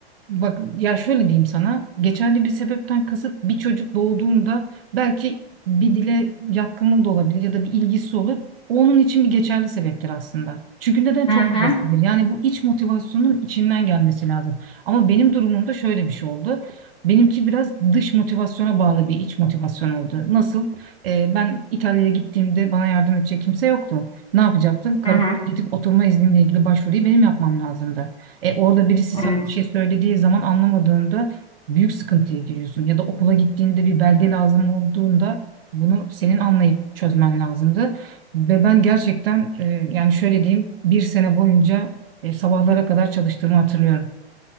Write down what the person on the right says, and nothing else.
bak ya şöyle diyeyim sana geçerli bir sebepten kasıt bir çocuk doğduğunda belki bir dile yatkınlığı da olabilir ya da bir ilgisi olur. O onun için bir geçerli sebeptir aslında. Çünkü neden
çok
heveslidir. Yani bu iç motivasyonun içinden gelmesi lazım. Ama benim durumumda şöyle bir şey oldu. Benimki biraz dış motivasyona bağlı bir iç motivasyon oldu. Nasıl? Ee, ben İtalya'ya gittiğimde bana yardım edecek kimse yoktu. Ne yapacaktım? Karakola
gidip oturma iznimle ilgili başvuruyu benim yapmam lazımdı. E, orada birisi sana
bir şey söylediği zaman anlamadığında büyük sıkıntıya giriyorsun. Ya da okula gittiğinde bir belge lazım olduğunda bunu senin anlayıp çözmen lazımdı. Ve ben gerçekten e, yani şöyle diyeyim bir sene boyunca e, sabahlara kadar çalıştığımı hatırlıyorum.